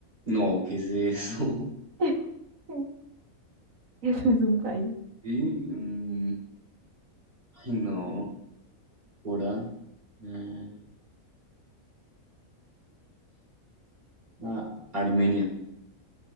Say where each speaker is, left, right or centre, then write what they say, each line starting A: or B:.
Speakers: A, on the right (about 35°); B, on the right (about 70°).
A: No, ¿qué es eso? <laughs>
B: <laughs> Eso es un país.
A: Sí, mm, ay, no. Por A. ah, ah, Armenia.